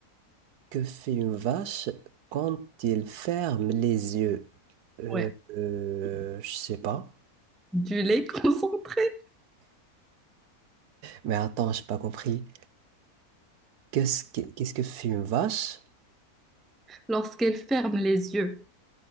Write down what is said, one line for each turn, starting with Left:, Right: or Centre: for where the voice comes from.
Right: Que fait une vache quand elle ferme les yeux? Euh,
Centre: Ouais.
Right: euh, je sais pas.
Centre: Du lait <laughs> concentré
Right: Mais attends, j'ai pas compris. Qu'est-ce que, qu'est-ce que fait une vache
Centre: lorsqu'elle ferme les yeux.